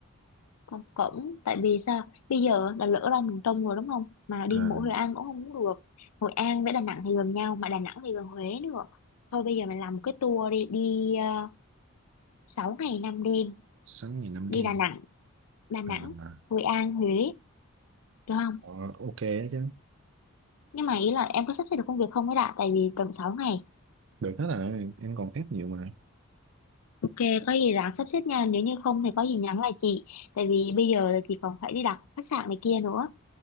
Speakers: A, on the left; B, on the right.
A: Con cổng tại vì sao bây giờ đã lỡ ra miền Trung rồi đúng không mà đi
B: à
A: mỗi Hội An cũng không được Hội An với Đà Nẵng thì gần nhau mà Đà Nẵng thì gần Huế nữa thôi bây giờ mình làm một cái tour đi đi uh, 6 ngày 5 đêm
B: 6 ngày năm
A: đi
B: đêm
A: Đà Nẵng Đà Nẵng
B: à mà
A: Hội An Huế được không
B: ờ, ok đó chứ
A: nhưng mà ý là em có sắp xếp được công việc không ấy đã tại vì cần sáu ngày
B: được hết rồi em còn phép nhiều mà
A: ok có gì ráng sắp xếp nha nếu như không thì có gì nhắn lại chị tại vì bây giờ là chị còn phải đi đặt khách sạn này kia nữa